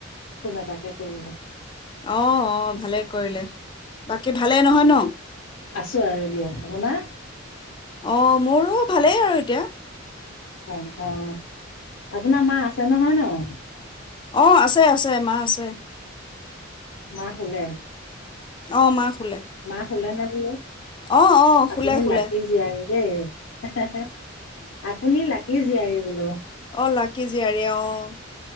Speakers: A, on the left; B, on the left.
A: ফোন এটাকে কৰি লওঁ।
B: অ', অ', ভালেই কৰিলে। বাকী ভালেই নহয় ন?
A: আছোঁ আৰু দিয়ক, আপোনাৰ?
B: অ', মোৰো ভালেই আৰু এতিয়া।
A: অ', অ', আপোনাৰ মাঁ আছে নহয় ন?
B: অ', আছে, আছে মা আছে।
A: মা শুলে।
B: অ', মা শুলে।
A: মা শুলে নে বোলোঁ?
B: অঁ অঁ
A: আপুনি
B: শুলে শুলে
A: লাকি জীয়াৰী দেই। হেঃ হেঃ। আপুনি লাকি জীয়াৰী বোলোঁ।
B: অ', লাকি জীয়াৰী, অ'।